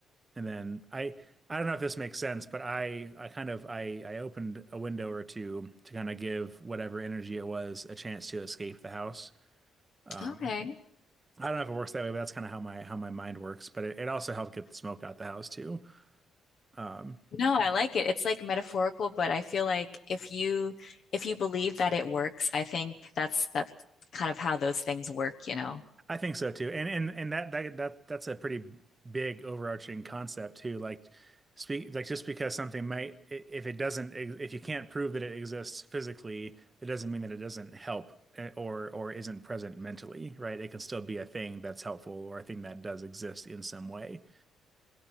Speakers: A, on the right (about 25°); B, on the left (about 60°).
A: and then I I don't know if this makes sense, but I I kind of I I opened a window or two to kind of give whatever energy it was a chance to escape the house. Um,
B: Okay.
A: I don't know if it works that way, but that's kind of how my how my mind works. But it, it also helped get the smoke out the house too. Um,
B: No, I like it. It's like metaphorical, but I feel like if you if you believe that it works, I think that's that's kind of how those things work, you know.
A: I think so too. And and and that that that that's a pretty big overarching concept too. Like speak like just because something might i- if it doesn't if you can't prove that it exists physically, that doesn't mean that it doesn't help eh, or or isn't present mentally, right? It can still be a thing that's helpful or a thing that does exist in some way.